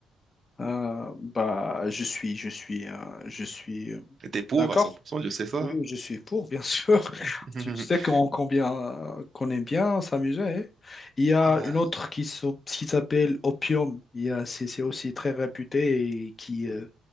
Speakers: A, on the left; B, on the right.
A: euh, bah, je suis, je suis, euh, je suis euh,
B: Et T'es pour
A: d'accord.
B: à 100%, je sais ça.
A: Oui,
B: hein.
A: oui, je suis pour, bien sûr. <laughs>
B: <laughs>
A: Tu sais qu'on combien, qu'on aime bien s'amuser. hein. Il y a
B: Ah,
A: une autre qui s'o- qui s'appelle Opium. Il y a- C'est c'est aussi très réputé et qui, euh,